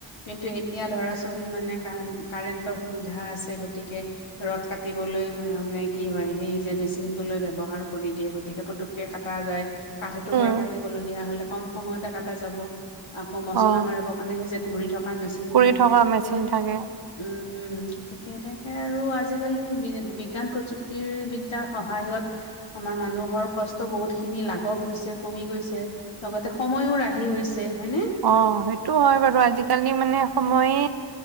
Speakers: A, on the left; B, on the right.
A: কিন্তু এতিয়া ধৰাচোন মানে কা-কাৰেণ্টৰ সুবিধা আছে গতিকে ৰড কাটিবলৈ মানে কি হয় সেই যে মেচিনটো লৈ ব্যৱহাৰ কৰি দিয়ে গতিকে কাটা যায়। কাঠ এটোকোৰা
B: উম
A: কাটিবলগীয়া হ'লে কম সময়তে কাটা যাব। মচলা
B: অ
A: মাৰিব কাৰণে সেই যে ঘূৰি থকাৰ মেচিনটো
B: কৰি
A: হয়নে
B: থকা মেচিন
A: উম।
B: থাকে
A: উম, গতিকে তেনেকে আৰু আজিকালি বি-বিজ্ঞান প্ৰযুক্তি বিদ্যয়াৰ সহায়ত আমাৰ মানুহৰ কষ্ট বহুতখিনি লাঘৱ হৈছে, কমি গৈছে। লগতে সময়ো ৰাহি হৈছে হয়নে?
B: অ' সেইটোও হয় বাৰু। আজিকালি মানে সময়ে